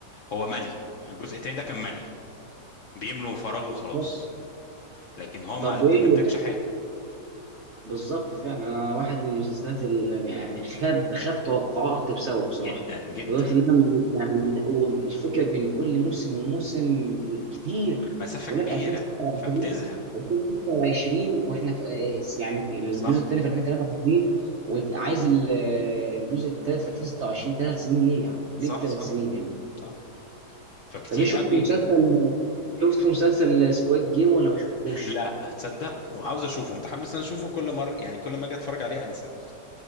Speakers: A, on the left; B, on the right.
A: هو ملي الجزء التاني ده كان ملي بيملوا فراغ
B: بالظبط
A: وخلاص لكن هو
B: طب
A: ما أد-
B: إيه
A: ما ادكش حاجه
B: بالظبط فعلا انا واحد من المسلسلات اللي يعني خاب خاب توقعاتي بسببه بصراحه
A: جدا جدا
B: ولكن انا من- يعني لا، والفكره بين كل موسم وموسم كتير
A: مسافه
B: يقول
A: كبيره
B: لك 2026
A: فبتزهق
B: 2026 واحنا في يعني الجزء
A: صح
B: الثاني في 2023 وعايز ال- الجزء الثالث في 2026 ثلاث سنين ليه يعني؟
A: صح
B: ليه ثلاث
A: صح
B: سنين يعني؟
A: صح فكتير
B: طب ايه شفت
A: قوي
B: مسلسل شفت مسلسل سكواد جيم ولا ما شفتوش؟
A: لا تصدق وعاوز اشوفه متحمس ان أنا اشوفه كل مره يعني كل ما اجي اتفرج عليه انسى